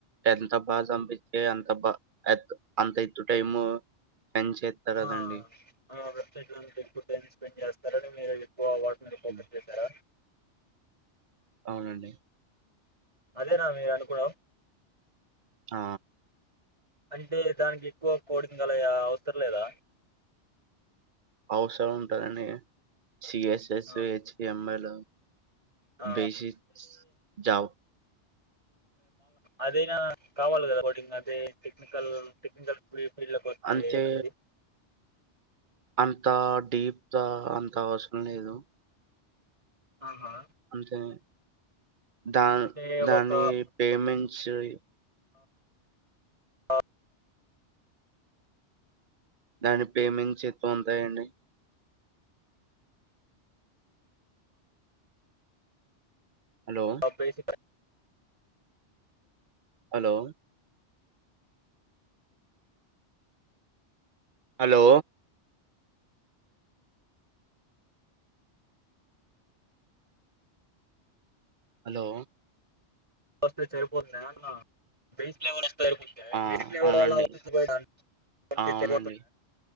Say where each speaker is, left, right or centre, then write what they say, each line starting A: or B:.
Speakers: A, on the right (about 50°); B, on the right (about 25°).
A: ఎంత బాగా పంపిస్తే అంత బా అంత టైము స్పెండ్ చేస్తారు కదండీ.
B: ఆ ఆ ప్రత్యేక ఎక్కువ టైం స్పెండ్ చేస్తార అతే ఎక్ అ వార్డు నుంచి ఫోకస్
A: హ్మ్.
B: చేసారా
A: అవునండి
B: అదేనా మీరు అనుకున్నావు
A: ఆ
B: అంటే దానికి ఎక్కువ కోడింగ్ల అవసరం లేదా
A: అవసర ఉంటందండి సిఎస్ఎస్
B: ఆ
A: హెచ్టిఎంఎల్
B: ఆ,
A: బసి జావు
B: అదేనా కావాలి కదా బటింగ్ అదే టెక్నికల్ టెక్ల్ ఫ ఇళ్ళ వతు
A: అంతే
B: ఏమైది
A: అంత డీప్ అంత అవసరం లేదు
B: ఆహా
A: అంటంత దా
B: అంటే
A: దాని
B: ఒక
A: పేమెంట్ ని స
B: ఆఓ
A: దాని పేమెంట్స్ ఎత ఉంటాయండి హలో!
B: అబేసి
A: హలో హలో హలో
B: వస్తే సరిపోతుంది అన్న బే <unintelligible>
A: ఆ! అవునండి. ఆ! అవునండి.